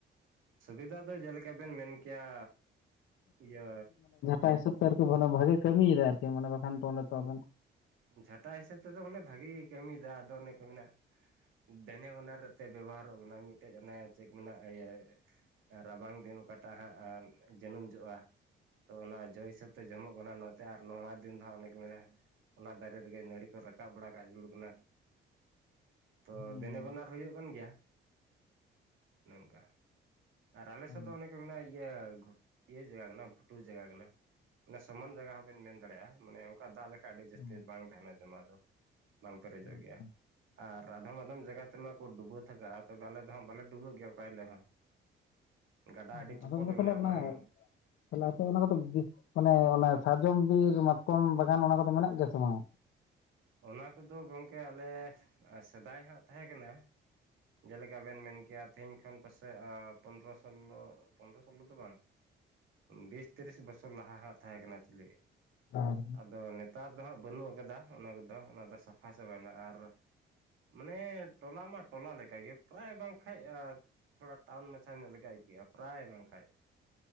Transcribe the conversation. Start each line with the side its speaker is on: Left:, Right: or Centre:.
Right: ᱥᱩᱵᱤᱫᱷᱟ ᱫᱚ ᱡᱮᱞᱮᱠᱟ ᱵᱮᱱ ᱢᱮᱱ ᱠᱮᱭᱟ ᱤᱭᱟᱹ᱾
Left: ᱟᱭ ᱦᱤᱥᱟᱹᱵᱽ ᱵᱷᱟᱜᱮ ᱠᱟᱹᱢᱤᱭᱮᱫᱟᱭ ᱟᱨᱠᱤ ᱢᱟ ᱵᱟᱠᱷᱟᱱ ᱟᱵᱮᱱ᱾
Right: ᱡᱷᱟᱴᱟ ᱦᱤᱥᱟᱹᱵᱽ ᱛᱮᱫᱚ ᱚᱱᱮ ᱵᱷᱟᱹᱜᱤ ᱠᱟᱹᱢᱤᱭᱮᱫᱟ ᱟᱫᱚ ᱚᱱᱮ ᱠᱚ ᱢᱮ ᱫᱮᱱᱮ ᱵᱟᱱᱟᱨ ᱛᱮ ᱵᱮᱵᱚᱦᱟᱨᱚᱜ ᱠᱟᱱᱟ᱾ ᱢᱤᱫᱴᱮᱡ ᱚᱱᱮ ᱪᱮᱫ ᱠᱚ ᱢᱮᱱᱟ ᱤᱭᱟᱹ᱾ ᱨᱟᱵᱟᱝ ᱫᱤᱱ ᱚᱠᱟᱴᱟᱜ ᱦᱟᱸᱜ ᱡᱟᱹᱱᱩᱢ ᱡᱚᱜᱼᱟ᱾ ᱛᱚ ᱚᱱᱟ ᱡᱚ ᱦᱤᱥᱟᱹᱵᱽ ᱛᱮ ᱡᱚᱢᱚᱜ ᱠᱟᱱᱟ ᱱᱚᱛᱮ ᱟᱨ ᱱᱚᱣᱟ ᱫᱤᱱ ᱫᱚ ᱚᱱᱮ ᱠᱚ ᱢᱮᱱᱟ ᱚᱱᱟ ᱫᱟᱨᱮ ᱛᱮᱜᱮ ᱱᱟᱹᱲᱤ ᱠᱚ ᱨᱟᱠᱟᱵ ᱵᱟᱲᱟ ᱠᱟᱜ ᱡᱩᱞᱩᱠ ᱠᱟᱱᱟ᱾ ᱛᱚ
Left: ᱦᱩᱸ
Right: ᱫᱮᱱᱮ ᱵᱟᱱᱟᱨ ᱦᱩᱭᱩᱜ ᱠᱟᱱ ᱜᱮᱭᱟ, ᱚᱱᱮ ᱱᱚᱝᱠᱟ᱾ ᱟᱨ ᱟᱞᱮ
Left: ᱚ,
Right: ᱥᱮᱫ ᱫᱚ ᱚᱱᱮ ᱠᱚ ᱢᱮᱱᱟᱜᱼᱟ, ᱤᱭᱟᱹ ᱤᱭᱟᱹ ᱡᱟᱭᱜᱟ ᱠᱟᱱᱟ ᱵᱷᱩᱴᱩ ᱡᱟᱭᱜᱟ ᱠᱟᱱᱟ᱾ ᱥᱚᱢᱟᱱ ᱡᱟᱭᱜᱟ ᱦᱚᱸᱵᱮᱱ ᱢᱮᱱ ᱫᱟᱲᱮᱭᱟᱜᱼᱟ᱾ ᱢᱟᱱᱮ ᱚᱱᱠᱟ ᱫᱟᱜ ᱞᱮᱠᱟᱟᱱ ᱟᱹᱰᱤ ᱡᱟᱹᱥᱛᱤ
Left: ᱚ,
Right: ᱵᱟᱝ ᱛᱟᱦᱮᱸᱱᱟ ᱡᱚᱢᱟ ᱫᱚ᱾ ᱵᱟᱝ ᱯᱮᱨᱮᱡᱚᱜ
Left: ᱟᱪᱪᱷᱟ
Right: ᱜᱮᱭᱟ᱾ ᱟᱨ ᱟᱫᱷᱚᱢ ᱟᱫᱷᱚᱢ ᱡᱟᱭᱜᱟ ᱛᱮᱢᱟᱠᱚ ᱰᱩᱵᱟᱹ ᱛᱷᱟᱠᱟᱜᱼᱟ ᱾ ᱛᱚᱵᱮ ᱟᱞᱮ ᱫᱚᱦᱟᱸᱜ ᱵᱟᱞᱮ ᱰᱩᱵᱟᱹᱜ ᱜᱮᱭᱟ ᱚᱠᱟ ᱦᱤᱞᱚᱜ ᱦᱚᱸ᱾ ᱜᱟᱰᱟ
Left: ᱟᱪᱪᱷᱟ᱾
Right: ᱟᱹᱰᱤ ᱪᱩᱯᱚᱫ
Left: ᱟᱫᱚ ᱜᱚᱝᱠᱮ
Right: ᱢᱮᱱᱟᱜᱼᱟ,
Left: ᱛᱟᱦᱚᱞᱮ ᱚᱱᱟ
Right: ᱵᱟᱝ?
Left: ᱛᱟᱦᱚᱞᱮ ᱟᱪᱪᱷᱟ ᱚᱱᱟ ᱠᱚᱫᱚ ᱢᱟᱱᱮ ᱚᱱᱟ ᱥᱟᱨᱡᱚᱢ ᱵᱤᱨ ᱢᱟᱛᱠᱚᱢ ᱵᱟᱜᱟᱱ ᱚᱱᱟ ᱠᱚᱫᱚ ᱢᱮᱱᱟᱜ ᱜᱮᱭᱟ ᱥᱮ ᱵᱟᱝ?
Right: ᱚᱱᱟ ᱠᱚᱫᱚ ᱜᱚᱢᱠᱮ, ᱟᱞᱮ ᱥᱮᱫᱟᱭ ᱦᱟᱸᱜ ᱛᱟᱦᱮᱸ ᱠᱟᱱᱟ᱾ ᱡᱮᱞᱮᱠᱟᱵᱮᱱ ᱢᱮᱱ ᱠᱮᱭᱟ ᱛᱮᱦᱮᱧ ᱠᱷᱚᱱ ᱯᱟᱥᱮᱡ ᱯᱚᱱᱨᱚ ᱥᱳᱞᱚ ᱯᱚᱱᱨᱚ ᱥᱳᱞᱞᱳ ᱫᱚ ᱵᱟᱝ? ᱵᱤᱥ ᱛᱤᱨᱤᱥ ᱵᱚᱪᱷᱚᱨ ᱞᱟᱦᱟ ᱦᱟᱸᱜ ᱛᱟᱦᱮᱸ ᱠᱟᱱᱟ ᱮᱠᱪᱩᱞᱤ᱾
Left: ᱟᱨ
Right: ᱟᱫᱚ ᱱᱮᱛᱟᱨ ᱫᱚ ᱦᱟᱸᱜ ᱵᱟᱹᱱᱩᱜ ᱟᱠᱟᱫᱟ᱾ ᱚᱱᱟ ᱠᱚᱫᱚ ᱚᱱᱟ ᱠᱚᱫᱚ ᱥᱟᱯᱷᱟ ᱪᱟᱵᱟᱭᱮᱱᱟ ᱟᱨ ᱢᱟᱱᱮ ᱴᱚᱞᱟ ᱢᱟ ᱴᱚᱞᱟ ᱞᱮᱠᱟᱜᱮ ᱯᱨᱟᱭ ᱵᱟᱝ ᱠᱟᱡ᱾ ᱛᱷᱳᱲᱟ ᱴᱟᱣᱩᱱ ᱢᱟᱪᱷᱟ ᱧᱚᱜ ᱞᱮᱠᱟ ᱤᱠᱟᱹᱜᱼᱟ᱾ ᱯᱨᱟᱭ ᱵᱟᱝ ᱠᱷᱟᱡ